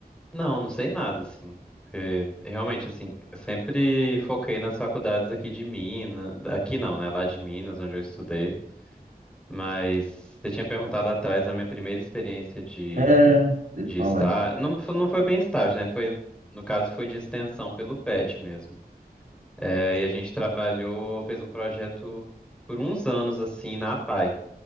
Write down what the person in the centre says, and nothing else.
Não, não sei nada, assim. Porque, realmente, assim, eu sempre foquei nas faculdades aqui de Minas. Aqui não, né? Lá de Minas, onde eu estudei. Mas você tinha perguntado atrás a minha primeira experiência de.
De
estar.
Não, fo- não foi bem estágio, né? Foi, no caso, foi de extensão pelo PET mesmo. É, e a gente trabalhou, fez um projeto por uns anos, assim, na APAE.